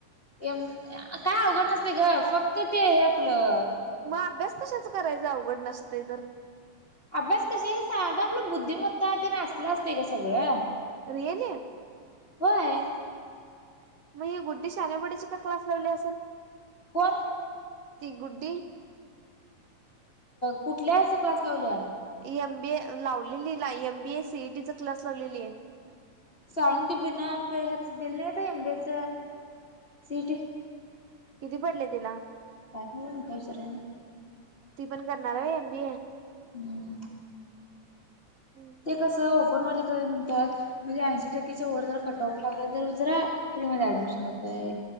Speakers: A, on the left (about 25°); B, on the right (about 65°).
A: काय अवघड नसते ग फक्त ते आहे आपलं
B: मग अभ्यास कशाच करायचा अवघड नसते तर
A: अभ्यास कश साधा आपलं बुद्धिमत्ता ते नाचलं असते का सगळं
B: रियल ये
A: हो आहे
B: मग हे गुद्धी शाण्यावाडीचे का क्लास लावली असेल
A: कोण
B: ती गुड्डी
A: कुठल्या यास क्लास लावल्या
B: एम बी ए लावलेली एम बीए ला सीईटी चा क्लास लावलेली आहे
A: साळुंकी के बिना पे ह दिल नाहीता अंबेच सिटी
B: किती पडले तिला
A: का कायचरा ना
B: ती पण करणार आहे एमबी ए
A: हम्म
B: हम्म
A: ते
B: हम्म
A: कसं ओपनवाले म्हणतात म्हणजे ऐंशी टक्केच्या वर जर काटावर पास तर जरा फ्री मध्ये ऍडमिशन होतय